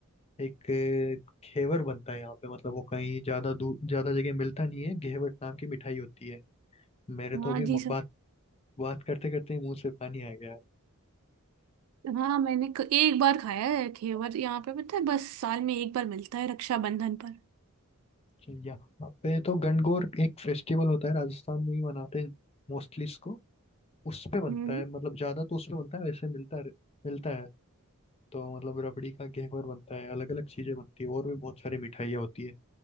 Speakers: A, on the left; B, on the right.
A: एक अ, घेवर बनता है यहाँ पे मतलब वो कहीं ज्यादा दूर ज्यादा जगह मिलता नहीं है घेवर नाम की मिठाई होती है मेरे
B: हाँ
A: तो अभी
B: जी
A: म-
B: सर
A: बात बात करते करते ही मुंह से पानी आ गया
B: हाँ हाँ, मैंने क- एक बार खाया है घेवर यहाँ पे पता है बस साल में एक बार मिलता है रक्षाबंधन पर
A: यहाँ पे तो गणगौर एक फेस्टिवल होता है राजस्थान में ही मनाते हैं मोस्टली इसको उस पे बनता
B: हम्म
A: है मतलब ज्यादा तो उस पे बनता है वैसे मिलता है मिलता है तो मतलब रबड़ी का घेवर बनता है अलग अलग चीजें बनती है और भी बहुत सारी मिठाइयाँ होती है